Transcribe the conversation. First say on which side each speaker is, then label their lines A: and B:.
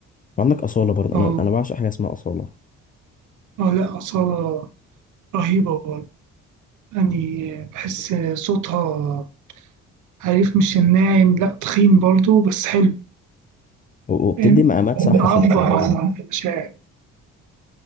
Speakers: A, on the left; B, on the right.
A: وعندك أصالة برضه
B: اه
A: أنا أنا بعشق حاجة اسمها أصالة
B: اه لا أصالة رهيبة برضه يعني بحس صوتها عارف مش الناعم لا تخين برضه بس حلو
A: و- وبتدي
B: فاهم
A: مقامات صح
B: بتعبر
A: في ال- في الغنى
B: عن المشاعر